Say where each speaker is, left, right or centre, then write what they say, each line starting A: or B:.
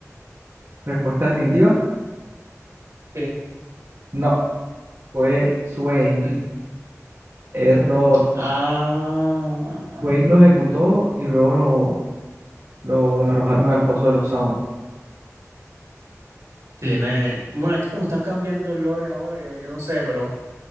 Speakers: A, on the right; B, on the right.
A: ¿Respuesta definitiva?
B: Sí.
A: No, fue Swain.
B: Mm.
A: Error.
B: Ah,
A: Swain lo ejecutó y luego lo, lo arrojaron al pozo de los Zaun.
B: tiene. Bueno, es que como están cambiando el lore ahora, yo, yo no sé, pero